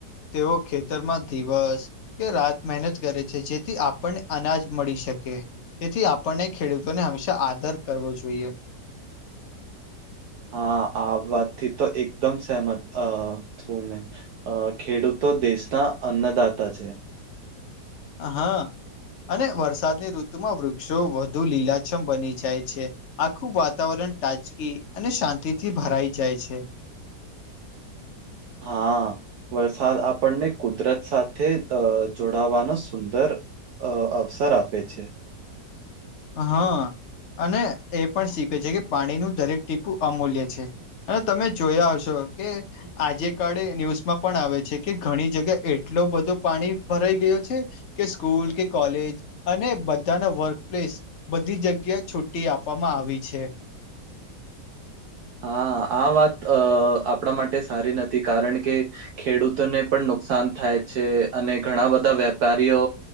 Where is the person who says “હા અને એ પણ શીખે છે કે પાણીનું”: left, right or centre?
Left